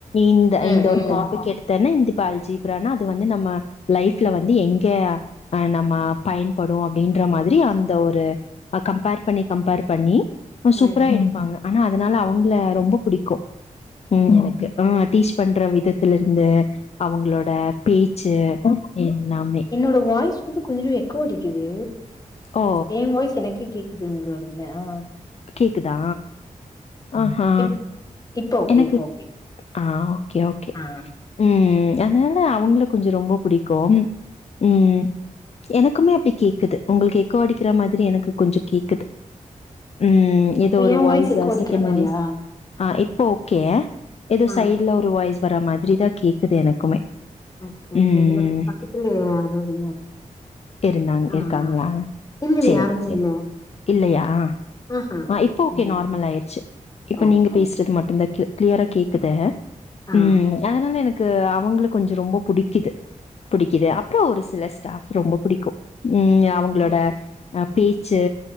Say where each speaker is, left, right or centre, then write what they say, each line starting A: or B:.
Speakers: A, on the left (about 50°); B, on the left (about 25°).
A: இந்த
B: ம்
A: இந்த ஒரு
B: ம்
A: டாபிக் எடுத்தனா இது ப்பா அல்ஜீப்ரானா அது வந்து நம்ம லைஃப்ல வந்து எங்க அ நம்ம பயன்படு அப்டின்ற மாதிரி அந்த ஒரு கம்பேர் பண்ணி கம்பேர் பண்ணி சூப்பரா
B: ம்
A: எடுப்பாங்க ஆனா அதனால அவுங்கள ரொம்ப புடிக்கும் ம் எனக்கு ஆ டீச் பண்ற விதத்துல இருந்து அவங்களோட பே ச்சு எல்லாமே
B: அப்றோ வாய்ஸ் வந்து கொஞ்சோ எக்கோ அடிக்குது
A: ஓ
B: என் வாய்ஸ் எனக்கே கேக்குது உங்களோடதுலயா
A: கேக்குதா ஆஹா
B: இப் இப்ப ஓகே
A: எனக்கு
B: இப்ப ஓகே
A: ஆ ஓகே ஓகே
B: ஆ
A: ம் அதனால அவுங்கள கொஞ்சோ ரொம்ப புடிக்கும் ம் எனக்குமே அப்டி கேக்குது உங்களுக்கு எக்கோ அடிக்கிற மாதிரி எனக்கு கொஞ்சோ கேக்குது ம் எதோ ஒரு
B: ஏ
A: வாய்ஸ்
B: எக்கோ அடிக்கிற
A: செகண்ட்
B: மாரியா
A: வாய்ஸ் ஆ இப்ப ஓகே எதோ
B: ஆ
A: சைட்ல ஒரு வாய்ஸ் வர மாதிரி தா கேக்குது எனக்குமே
B: ஓகே ஓகே
A: ம்.
B: இங்க பக்கத்துலயு யாரு இல்ல
A: இருந்தாங்
B: ஆ
A: இருக்காங்ளா
B: ஆ. இல்ல இல்ல
A: சேரி
B: யாருமே
A: சேர்
B: இல்ல
A: இல்லயா
B: ஆஹா
A: ஆ இப்ப ஓகே
B: ம்
A: நார்மல் ஆயிருச்சு இப்ப
B: ஓகே
A: நீங்க பேசுறது மட்டுந்தா கே கிளியரா கேக்குது
B: ஆ
A: ம் அதனால எனக்கு அவங்கள கொஞ்சோ ரொம்ப புடிக்குது புடிக்குது அப்றோ ஒரு சில ஸ்டாஃப் ரொம்ப புடிக்கு ம் அவங்களோட அ பேச்சு